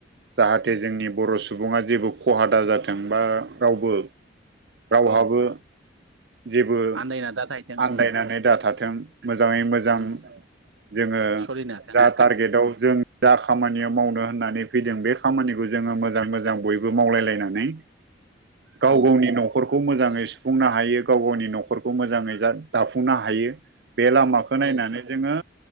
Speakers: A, on the right; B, on the right.
A: जाहाथे जोंनि बर' सुबुङा जेबो खहा दा जाथों बा रावबो रावहाबो
B: औ
A: जेबो
B: आन्दायना दा थाहैदों
A: आन्दायनानै
B: उम
A: दाथाथों मोजाङै मोजां
B: उम
A: जोङो
B: सलिनो हाथों
A: जा टारगेटआव
B: उम
A: जों जा खामानियाव मावनो होननानै फैदों बे खामानिखौ जोङो मोजां मोजां बयबो मावलायलायनानै
B: औ
A: गाव गावनि न'खरखौ मोजाङै सुफुंनो हायो। गाव गावनि न'खरखौ मोजाङै जा दाफुंनो हायो बे लामाखौ
B: औ
A: नायनानै जोङो